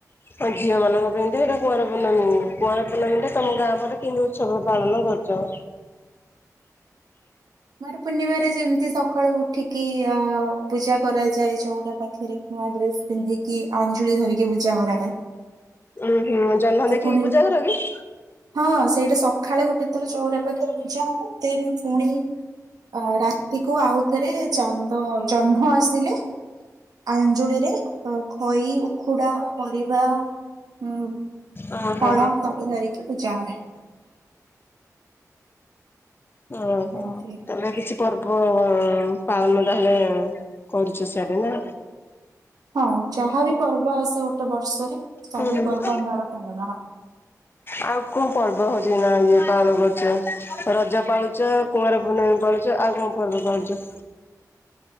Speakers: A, on the left; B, on the right.
A: ହଁ ଝିଅ ମାନଙ୍କ ପାଇଁ ତ ଏଇଟା କୁଆଁର ପୂର୍ଣ୍ଣମୀ କୁଆର ପୂର୍ଣ୍ଣମୀ ଟା ତମ ଗାଁ ପଟେ କେମିତି ଉତ୍ସବ ପାଳନ କରୁଛ?
B: କୁମାର ପୂର୍ଣ୍ଣିମାରେ ଯେମିତି ସକାଳୁ ଉଠିକି ଅ ପୂଜା କରାଯାଏ ଚଉରା ପାଖରେ। ନୂଆ ଡ୍ରେସ ପିନ୍ଧିକି ଆଞ୍ଜୁଳି ଧରିକି ପୂଜା କରାହୁଏ।
A: ଉ ହୁଁ ଜହ୍ନ ଦେଖିକି
B: ପୁଣି
A: ପୂଜା କର କି?
B: ହଁ ସେଇଟା ସକାଳେ ଗୋଟେ ଥର ଚଉରା ପାଖରେ ପୂଜା ହବ ଦେନ ପୁଣି ଅ ରାତି କୁ ଆଉଥରେ ଚାନ୍ଦ ଜହ୍ନ ଆସିଲେ ଆଞ୍ଜୁଳିରେ ଅ ଖଇ ଉଖୁଡା ପରିବା ଉ ଫଳ
A: ଓହୋ
B: ସବୁ ଧରିକି ପୂଜା ହୁଏ।
A: ଓହୋ
B: ଏମିତି
A: ତାହେଲେ କିଛି ପର୍ବ ପାଳନ ତାହେଲେ କରୁଛ ସିଆଡେ ନା
B: ହଁ ଯାହା ବି ପର୍ବ ଆସେ ଗୋଟେ ବର୍ଷରେ ସବୁ
A: ହୁଁ ହୁଁ।
B: ପର୍ବ ଆମର ପାଳନ ହୁଏ।
A: ଆଉ କଣ ପର୍ବ ହଉଛି ନା ଇଏ ପାଳନ କରୁଛ? ରଜ ପାଳୁଛ କୁଆଁର ପୂର୍ଣ୍ଣିମୀ ପାଳୁଛ ଆଉ କଣ ପର୍ବ ପାଳୁଛ?